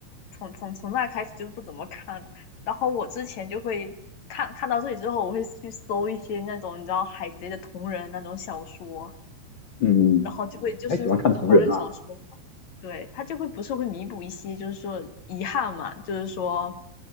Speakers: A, on the left; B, on the left.
A: 从从从那开始就不怎么看了。然后我之前就会看看到这里之后，我会去搜一些那种你知道海贼的同人那种小说。
B: 嗯，嗯嗯
A: 然后就会就是同人小说嘛，
B: 还喜欢看同人啊。
A: 对，它就会不是会弥补一些就是说遗憾嘛，就是说